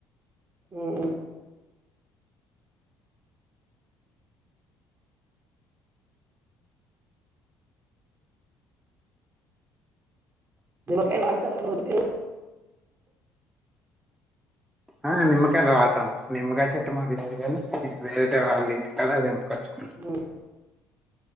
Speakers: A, on the right; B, in the centre.
A: ఉమ్ నిమ్మకాయలు బాడుతారా రోజు మీరు
B: ఆ నిమ్మకాయలు వాడతాం నిమ్మకాయ చెట్టు మాకు లేదు గని వేరేటి వాళ్ళ ఇంటికా తెంపుకొ క
A: ఉమ్,